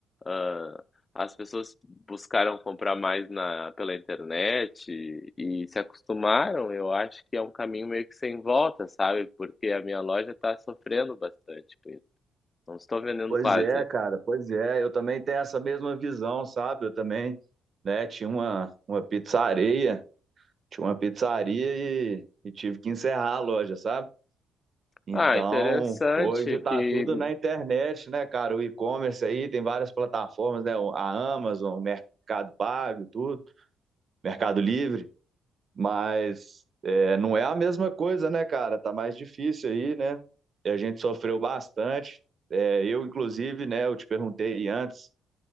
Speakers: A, on the left; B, on the right.
A: Ah, as pessoas buscaram comprar mais na, pela internet e, e se acostumaram. Eu acho que é um caminho meio que sem volta, sabe? Porque a minha loja está sofrendo bastante com isso. Não estou vendendo
B: Pois
A: quase.
B: é, cara, pois é. Eu também tenho essa mesma visão, sabe? Eu também, né, tinha uma, uma pizzaria Tinha uma pizzaria e, e tive que encerrar a loja, sabe? Então,
A: Ah, interessante
B: hoje tá
A: que.
B: tudo na internet, né, cara? O e-commerce aí tem várias plataformas, né? A Amazon, o Mercado Pago, tudo, Mercado Livre, mas é, não é a mesma coisa, né, cara? Tá mais difícil aí, né? E a gente sofreu bastante. É, eu, inclusive, né, eu te perguntei antes,